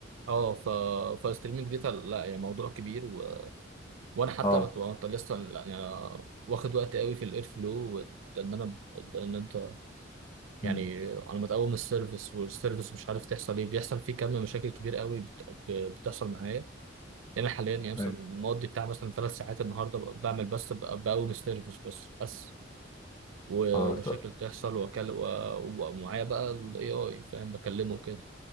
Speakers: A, on the right; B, on the left.
A: اه ف فالستريمنج داتا لا يعني موضوع كبير و... وانا حتى
B: اه
A: بت... وأنا لسه يعني أنا واخد وقت قوي في الاير فلو وال- لان انا لان انت يعني
B: امم
A: على ما تقوم السيرفيس والسيرفيس مش عارف تحصل ايه بيحصل فيه كم مشاكل كبير قوي بت... ب- بتحصل معايا يعني أنا حاليا يعني مثلا
B: ايوه
A: مقضي بتاع مثلا ثلاث ساعات النهارده ب- بعمل بس ب- بقوم سيرفيس بس بس ومشاكل
B: اه طب
A: تحصل واكلم ومعايا بقى الاي اي فاهم بكلمه كده